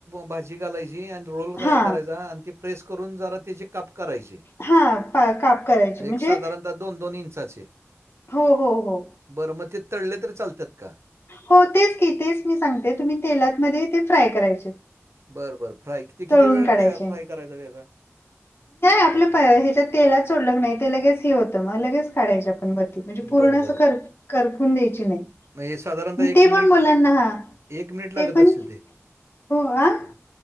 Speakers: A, on the right; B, on the left.
A: भाजी घालायची आणि रोल तयार
B: हा
A: करायचा आणि ते. प्रेस करून जरा त्याची काप. करायचे,
B: हा पा- काप करायचे म्हणजे
A: एक साधारणतः दोन दोन इंचाचे
B: हो हो हो...
A: बरं मग ते तळले तर चालतात का.
B: होतेच की तेच मी सांगते तुम्ही तेलातमध्ये ते फ्राय करायचे.
A: बर बर फ्राय किती
B: तळून
A: वेळ
B: काढायचे
A: फ्राय करायचा त्याचा
B: आपलं ह्याच्यात तेलात सोडलं की नाही ते लगेच हे होतं मग लगेच काढायच आपण बती. म्हणजे
A: बरं,
B: पूर्ण असं कर करपून द्यायची नाही
A: म्ह साधारणतः एक
B: ते
A: मिनिट
B: पण मुलांना
A: ते
B: हा
A: एक मिनिट लागत
B: ते पण
A: असल ते
B: हो आ